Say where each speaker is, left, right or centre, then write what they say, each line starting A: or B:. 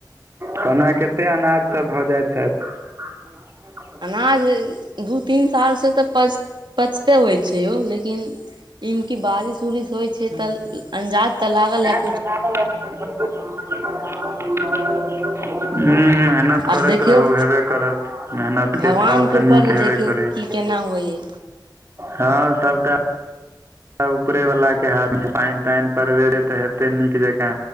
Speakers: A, on the right (about 35°); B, on the right (about 75°).
A: कहलऊ कतेक अनाज सभ भऽ जाइत हैत <unintelligible>
B: अनाज दू तीन सालसँ तऽ पच पचते होइ छै यौ लेकिन इ मे क बारिश उरिश होय छै त अंजाद तऽ लागल हैत
A: <unintelligible> मेहनत
B: आब
A: करैत
B: देखियौ
A: रहू हेबे करत मेहनत
B: भगवानके
A: के फल तऽ
B: ऊपर
A: नीक
B: है
A: हेबे
B: देखियौ
A: करै
B: की
A: छै
B: केना होइ हइ
A: हँ सबटा उपरे वाला के हाथ पानि तानि परवेरे तऽ हेतै नीक जकाँ